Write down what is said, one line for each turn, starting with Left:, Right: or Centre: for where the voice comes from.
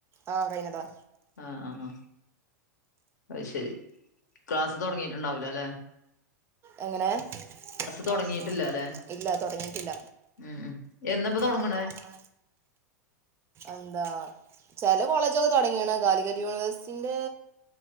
Right: ആഹ് കഴിഞ്ഞതാ
Left: ആഹ ആഹ് ആഹ് അത് ശരി. ക്ലാസ് തൊടങ്ങിയിട്ടുണ്ടാവൂല ല്ലെ?
Right: എങ്ങനെ ക്ലാസ്
Left: തൊടങ്ങിയിട്ടില്ല
Right: തൊടങ്ങിട്ടില്ല.
Left: ല്ലെ?
Right: ഇല്ല തൊടങ്ങിട്ടില്ല,
Left: ഉം ഉം തൊടങ്ങണേ?
Right: എന്നപ്പ തൊടങ്ങണ? എന്താ ചെല കോളേജ തുടങ്ങിയാണ് കാലിക്കറ്റ് യൂണിവേഴ്സിന്റെ